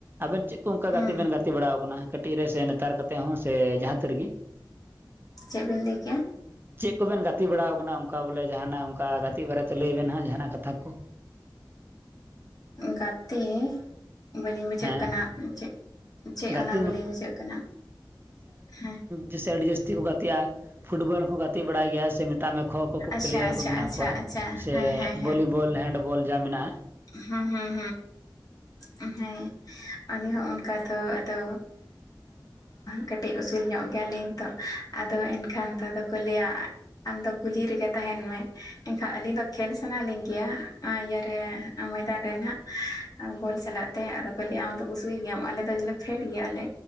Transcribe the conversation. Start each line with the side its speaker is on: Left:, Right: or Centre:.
Right: ᱟᱵᱮᱱ ᱪᱮᱫ ᱠᱚ ᱚᱱᱠᱟ
Left: ᱦᱩᱸ
Right: ᱜᱟᱛᱮ ᱵᱮᱱ ᱜᱟᱛ ᱛᱮ ᱵᱟᱲᱟᱣ ᱟᱠᱟᱱᱟ ᱠᱟᱹᱴᱤᱡ ᱨᱮ ᱥᱮ ᱱᱮᱛᱟᱨ ᱠᱟᱛᱮᱜ ᱦᱚᱸ ᱥᱮ ᱡᱟᱦᱟᱸ ᱛᱤᱨ ᱨᱮᱜᱤ?
Left: ᱪᱮᱫ ᱵᱤᱱ ᱞᱟᱹᱭ ᱠᱮᱜ-ᱟ?
Right: ᱪᱮᱫ ᱠᱚᱵᱮᱱ ᱜᱟᱛᱮ ᱵᱟᱲᱟ ᱠᱟᱱᱟ ᱚᱱᱠᱟ ᱵᱚᱞᱮ ᱡᱟᱦᱟᱱᱟᱜ ᱚᱱᱠᱟ ᱜᱟᱛᱮᱜ ᱵᱟᱨᱮᱛᱮ ᱞᱟᱹᱭ ᱵᱮᱱ ᱦᱟᱸᱜ ᱡᱟᱦᱟᱱᱟᱜ ᱠᱟᱛᱷᱟ ᱠᱚ᱾
Left: ᱜᱟᱛᱮ ᱵᱟᱹᱞᱤᱧ ᱵᱩᱡᱷᱟᱹᱣᱮᱫ
Right: ᱦᱮᱸ
Left: ᱠᱟᱱᱟ ᱪᱮᱫ, ᱪᱮᱫ
Right: ᱜᱟᱛᱮ
Left: ᱚᱱᱟ ᱵᱟᱹᱞᱤᱧ ᱵᱩᱡᱷᱟᱹᱜ ᱠᱟᱱᱟ, ᱦᱮᱸ
Right: ᱡᱤᱥᱮ ᱟᱹᱰᱤ ᱡᱟᱹᱥᱛᱤ ᱠᱚ ᱜᱟᱛᱮᱜᱼᱟ, ᱯᱷᱩᱴᱵᱚᱞ ᱦᱚᱸ ᱜᱟᱛᱮᱜ ᱵᱟᱲᱟᱭ ᱜᱮᱭᱟ ᱥᱮ ᱢᱮᱛᱟᱜ ᱢᱮ ᱠᱷᱳ ᱠᱷᱳ ᱠᱚ
Left: ᱟᱪᱪᱷᱟ
Right: ᱯᱞᱮᱭᱟᱨ
Left: ᱟᱪᱪᱷᱟ
Right: ᱠᱚ ᱢᱮᱱᱟᱜ
Left: ᱟᱪᱪᱷᱟ
Right: ᱠᱚᱣᱟ
Left: ᱟᱪᱪᱷᱟ
Right: ᱥᱮ
Left: ᱦᱮᱸ ᱦᱮᱸ
Right: ᱵᱷᱚᱞᱤᱵᱚᱞ ᱦᱮᱱᱰ ᱵᱚᱞ ᱡᱟ ᱢᱮᱱᱟᱜᱼᱟ
Left: ᱦᱮᱸ ᱦᱩᱸ ᱦᱩᱸ ᱦᱮᱸ ᱟᱞᱤᱧ ᱦᱚᱸ ᱚᱱᱠᱟ ᱫᱚ ᱟᱫᱚ ᱠᱟᱹᱴᱤᱡ ᱩᱥᱩᱞ ᱧᱚᱜ ᱜᱮᱭᱟᱞᱤᱧ ᱛᱚ ᱟᱫᱚ ᱮᱱᱠᱷᱟᱱ ᱫᱚ ᱟᱫᱚ ᱠᱚ ᱞᱟᱹᱭᱟ ᱟᱢᱫᱚ ᱜᱩᱞᱤ ᱨᱮᱜᱮ ᱛᱟᱦᱮᱸᱱ ᱢᱮ ᱮᱱᱠᱷᱟᱱ ᱟᱹᱞᱤᱧ ᱫᱚ ᱠᱷᱮᱞ ᱥᱟᱱᱟ ᱞᱤᱧ ᱜᱮᱭᱟ ᱤᱭᱟᱹ ᱨᱮ ᱢᱚᱭᱫᱟᱱ ᱨᱮ ᱱᱟᱦᱟᱜ ᱵᱚᱞ ᱥᱟᱞᱟᱜ ᱛᱮ ᱟᱫᱚ ᱠᱷᱟᱹᱞᱤ ᱟᱢᱫᱚ ᱩᱥᱩᱞ ᱜᱮᱭᱟᱢ ᱟᱞᱮ ᱫᱚ ᱡᱮᱞᱮᱠᱟ ᱯᱷᱮᱰ ᱜᱮᱭᱟᱞ ᱞᱮ